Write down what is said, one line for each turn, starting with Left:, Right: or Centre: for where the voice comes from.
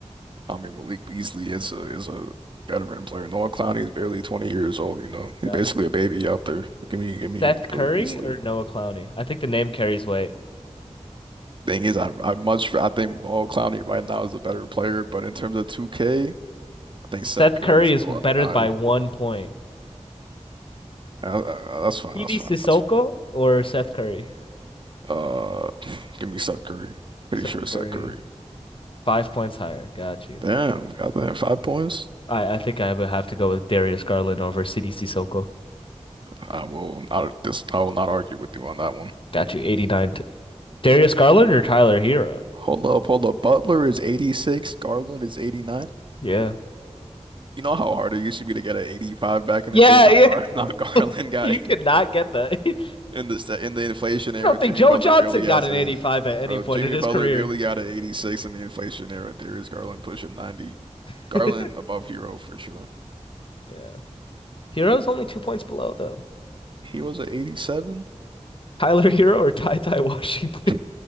Right: I mean, Malik Beasley is a is a veteran player. Noah Clowney is barely 20 years old, you know.
Left: Gotcha.
Right: He's basically a baby out there. Give me give me
Left: Seth Curry
Right: Billy Beasley.
Left: or Noah Clowney? I think the name carries weight.
Right: Thing is, I I much I think Noah Clowney right now is a better player, but in terms of 2K, I think Seth
Left: Seth
Right: Curry
Left: Curry
Right: is
Left: is
Right: a little
Left: better
Right: higher.
Left: by one point.
Right: Uh, uh, that's fine,
Left: CD
Right: that's fine,
Left: Sissoko
Right: that's fine.
Left: or Seth Curry?
Right: Uh, <laughs> <sighs> give me Seth Curry. Pretty
Left: Seth
Right: sure it's
Left: Curry.
Right: Seth Curry.
Left: Five points higher. Got you.
Right: Damn, got that five points.
Left: I, I think I would have to go with Darius Garland over CD Sissoko.
Right: I will not this I will not argue with you on that one.
Left: Got you. 89. to. Darius Garland or Tyler Hero?
Right: Hold up, hold up. Butler is 86, Garland is 89.
Left: Yeah.
Right: You know how hard it used to be to get an 85 back in
Left: Yeah,
Right: the day? Not
Left: <laughs>
Right: Gar,
Left: yeah,
Right: <laughs> not Garland got
Left: you
Right: it
Left: cannot get that. <laughs> I
Right: in the sta- in the inflation era.
Left: don't think
Right: Jimmy
Left: Joe
Right: Butler
Left: Johnson
Right: barely
Left: got
Right: has
Left: an
Right: an
Left: 85
Right: 80.
Left: at any
Right: Bro,
Left: point
Right: Jimmy
Left: in his
Right: Butler
Left: career.
Right: barely got an 86 in the inflation era. Darius Garland pushing 90.
Left: <laughs>
Right: Garland above hero for sure.
Left: yeah. Hero's only two points below, though.
Right: He was an 87?
Left: Tyler <laughs> Hero or Ty Ty Washington?
Right: <laughs>